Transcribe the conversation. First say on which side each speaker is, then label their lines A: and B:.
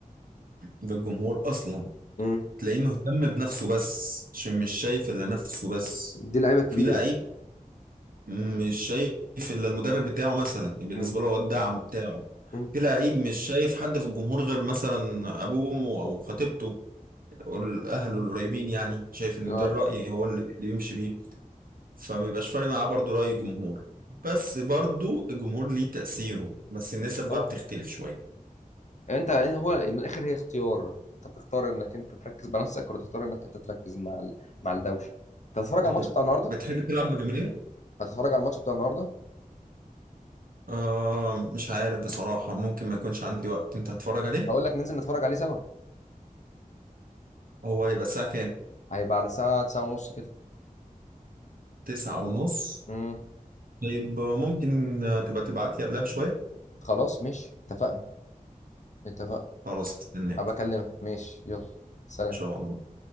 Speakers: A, on the right (about 80°); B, on the left (about 55°).
A: بالجمهور اصلا
B: امم
A: تلاقيه مهتم بنفسه بس عشان مش شايف الا نفسه بس
B: دي لعيبه كبيره
A: في لعيب مش شايف الا المدرب بتاعه مثلا يعني بالنسبه
B: امم
A: له هو الدعم بتاعه
B: امم
A: في لعيب مش شايف حد في الجمهور غير مثلا ابوه وامه او خطيبته او اهله القريبين يعني شايف ان
B: اه
A: ده الراي هو اللي اللي يمشي بيه فما بيبقاش فارق معاه برضو راي الجمهور بس برضو الجمهور ليه تاثيره بس النسب
B: طبعا
A: بقى بتختلف شويه
B: انت إيه، هو من الاخر هي اختيار انت بتختار انك انت تركز بنفسك ولا تختار انك انت تركز مع ال... مع الدوشه انت هتتفرج على
A: انت
B: الماتش بتاع النهارده
A: بتحب تلعب بجماهير
B: هتتفرج على الماتش بتاع النهارده
A: آه مش عارف بصراحه ممكن ما يكونش عندي وقت انت هتتفرج عليه
B: اقول لك ننزل نتفرج عليه سوا
A: هو هيبقى الساعه كام
B: هيبقى على الساعه 9 ونص كده
A: تسعة ونص
B: امم
A: طيب ممكن تبقى تبعت لي قبلها بشوية
B: خلاص ماشي اتفقنا اتفقنا
A: خلاص هستناك
B: ابقى
A: إن
B: اكلمك ماشي يلا سلام
A: شاء الله